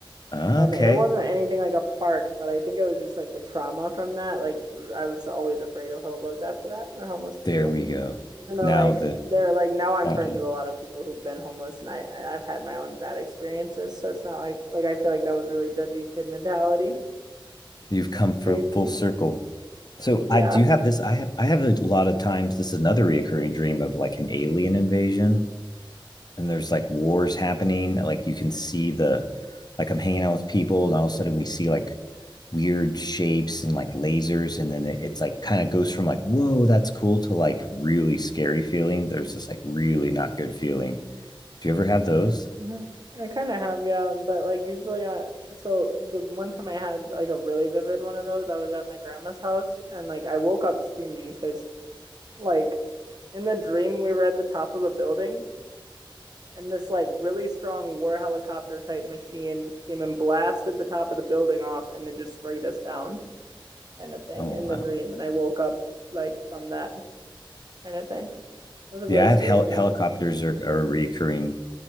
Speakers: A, on the left (about 50°); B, on the right (about 50°).
A: Okay.
B: And it wasn't anything like a park, but I think it was just like the trauma from that. Like I was always afraid of hobos after that, or homeless people.
A: There we go.
B: Even though
A: Now
B: like
A: the
B: they're like now I'm
A: Found
B: friends
A: it.
B: with a lot of people who've been homeless, and I I- have had my own bad experiences, so it's not like like I feel like that was really judgy kid mentality
A: you've come
B: and
A: for
B: crazy.
A: full circle. So
B: Yeah.
A: I do have this. I have I have a lot of times. This is another reoccurring dream of like an alien invasion, and there's like wars happening. Like you can see the like I'm hanging out with people, and all of a sudden we see like weird shapes and like lasers, and then it- it's like kind of goes from like whoa that's cool to like really scary feeling. There's this like really not good feeling. Do you ever have those?
B: hmm I kind of have, yeah, but like usually I so the one time I had like a really vivid one of those, I was at my grandma's house and like I woke up screaming because Like in the dream, we were at the top of a building, and this like really strong war helicopter type machine came and blasted the top of the building off, and then just sprayed us down, kind of thing.
A: Oh
B: In the
A: wow,
B: dream, and I woke up like from that kind of thing. It was a
A: yeah.
B: really
A: I
B: scary
A: have hel
B: dream.
A: helicopters are, are a reoccurring